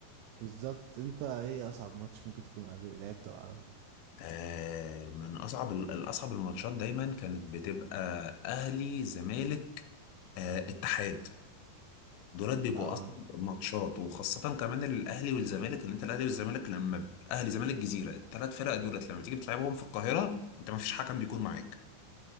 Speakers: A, on the right; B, on the left.
A: بالظبط انت ايه اصعب ماتش ممكن تكون قابل- لعبته او عملته
B: آه من اصعب ال- الاصعب الماتشات دايما كانت بتبقى اهلي زمالك آه اتحاد دولات بيبقوا
A: اه
B: اصلا ماتشات وخاصه كمان الاهلي والزمالك ان انت الاهلي والزمالك لما ب- اهلي زمالك جزيره الثلاث فرق دولت لما تيجي بتلعبهم في القاهره انت ما فيش حكم بيكون معاك